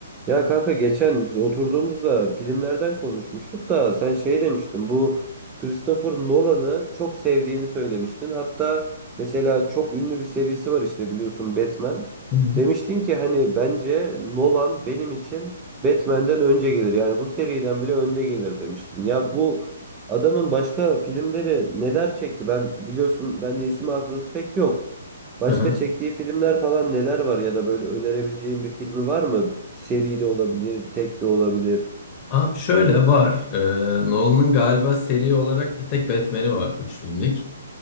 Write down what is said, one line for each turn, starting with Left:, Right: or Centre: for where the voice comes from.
Right: Ya kanka geçen biz oturduğumuzda filmlerden konuşmuştuk da sen şey demiştin bu Christopher Nolan'ı çok sevdiğini söylemiştin. Hatta mesela çok ünlü bir serisi var işte biliyorsun Batman.
Left: Hı hı.
Right: Demiştin ki hani bence Nolan benim için Batman'den önce gelir. Yani bu seriden bile önde gelir demiştin. Ya bu adamın başka filmleri neler çekti? Ben biliyorsun bende isim hafızası pek yok. Başka
Left: Aha.
Right: çektiği filmler falan neler var ya da böyle önerebileceğin bir filmi var mı? Seri de olabilir, tek de olabilir.
Left: Abi şöyle var. Ee, Nolan'ın galiba seri olarak bir tek Batman'i var. Üç filmlik.